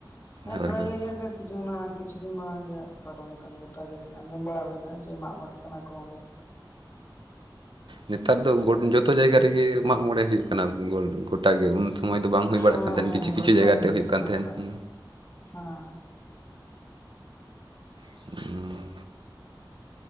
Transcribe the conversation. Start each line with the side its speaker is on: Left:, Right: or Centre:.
Left: ᱦᱮᱸ
Right: ᱦᱳᱭ
Left: ᱯᱨᱟᱭ
Right: ᱦᱳᱭ
Left: ᱡᱟᱭᱜᱟ ᱨᱮᱜᱮ, <unintelligible> ᱚᱱᱟ ᱠᱤᱪᱷᱩ ᱫᱤᱱ ᱢᱟᱲᱟᱝ ᱜᱮ ᱯᱟᱨᱚᱢ ᱠᱟᱱᱟ ᱜᱚᱴᱟ ᱜᱮ ᱟᱸᱡᱚᱢ ᱵᱟᱲᱟ ᱦᱩᱭᱱᱟ ᱡᱮ ᱢᱟᱜ ᱢᱚᱬᱮᱜ ᱠᱟᱱᱟ ᱠᱚ ᱚᱸᱰᱮ,
Right: ᱱᱮᱛᱟᱨ ᱫᱚ ᱡᱚᱛᱚ ᱡᱟᱭᱜᱟ ᱨᱮᱜᱮ ᱢᱟᱜ ᱢᱚᱬᱮ ᱦᱩᱭᱩᱜ ᱠᱟᱱᱟ ᱜᱚᱴᱟ ᱜᱮ ᱩᱱ ᱥᱚᱢᱚᱭ ᱫᱚ ᱵᱟᱝ
Left: ᱦᱮᱸ
Right: ᱦᱩᱭ ᱵᱟᱲᱟᱜ ᱠᱟᱱ ᱛᱟᱸᱦᱮᱱ
Left: ᱦᱮᱸ
Right: ᱠᱤᱪᱷᱩ
Left: ᱦᱮᱸ
Right: ᱠᱤᱪᱷᱩ
Left: ᱜᱚᱴᱟ
Right: ᱡᱟᱭᱜᱟᱛᱮ
Left: ᱜᱮ
Right: ᱦᱩᱭᱩᱜ
Left: ᱠᱟᱱᱟ
Right: ᱠᱟᱱ ᱛᱟᱦᱮᱸᱱ
Left: ᱯᱨᱟᱭ
Right: ᱦᱩᱸ
Left: ᱦᱮᱸ
Right: ᱦᱮᱸ